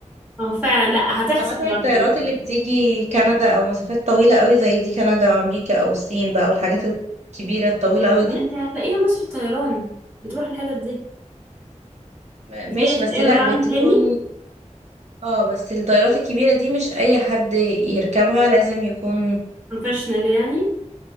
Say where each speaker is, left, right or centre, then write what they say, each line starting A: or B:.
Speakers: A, on the right; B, on the right.
A: اه فعلا لا هتحصل
B: سمعت عن
A: مره
B: الطيارات
A: ما تقلقيش.
B: اللي بتيجي كندا او مسافات طويلة قوي زي دي كندا او امريكا او الصين بقى والحاجات الكبيرة الطويلة قوي دي
A: آه، انت هتلاقيها مصر طيران بتروح الحتت دي
B: م-
A: بس
B: ماشي
A: هي
B: بس
A: في ايرلاين
B: لا بتكون
A: تاني
B: اه بس الطيارات الكبيرة دي مش اي حد يركبها لازم يكون
A: بروفيشنال يعني